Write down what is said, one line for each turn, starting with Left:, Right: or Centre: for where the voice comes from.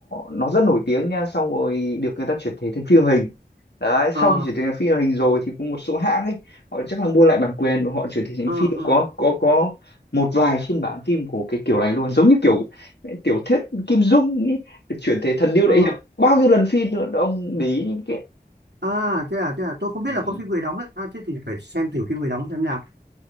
Left: nó rất nổi tiếng nha xong rồi được người ta chuyển thể thành phim hình đấy
Right: ờ
Left: sau khi chuyển thể thành phim hình rồi thì có một số hãng ấy họ chắc là mua lại bản quyền và họ chuyển thể thành
Right: ờ
Left: phim
Right: ờ
Left: có có có một vài phiên bản phim của cái kiểu này luôn giống như kiểu tiểu thuyết Kim Dung ấy, được chuyển thể thần điêu
Right: ờ
Left: đại hiệp bao nhiêu lần phim nữa ông để ý những
Right: à thế à thế à tôi không biết
Left: cái
Right: là có phim người đóng đấy à thế thì phải xem thử phim người đóng xem nào